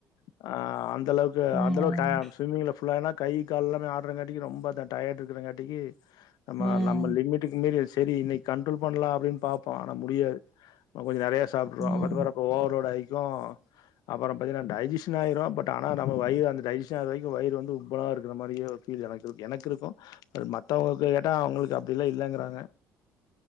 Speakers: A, on the left; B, in the centre.
A: ம்ச் அந்த அளவுக்கு
B: ம்
A: அந்த அளவுக்கு டயம் ஸ்விம்மிங்ல ஃபுல்லானா கை கால் எல்லாமே ஆட்றங்காட்டிக்கு ரொம்ப அந்த டயர்ட் இருக்றங்காட்டிக்கு நம்ப
B: ம்
A: நம்ப லிமிட்டுக்கு மீறி செரி இன்னிக் கண்ட்ரோல் பண்ணலா அப்டின்னு பாப்போ ஆன முடியாது கொஞ்ஜ நெறையா சாப்ட்ருவோ
B: ம் ம்
A: <unintelligible> ஓவர் லோட் ஆகி அப்பறம் அப்பறம் பாத்தீங்கன்னா டைஜஸன் ஆயிரும் பட் ஆனா நம்ம வயிறு அந்த டைஜஸ்டின் அவர வரைக்கும் வயிறு வந்து உப்பலா இருக்கிற மாதிரி ஃபீல் எனக்கு. எனக்கு இருக்கும் மத்த த்தவங்கலுக்கு கேட்டா அவுங்களுக்கு அப்டிலாம் இல்லலைங்கிறாங்க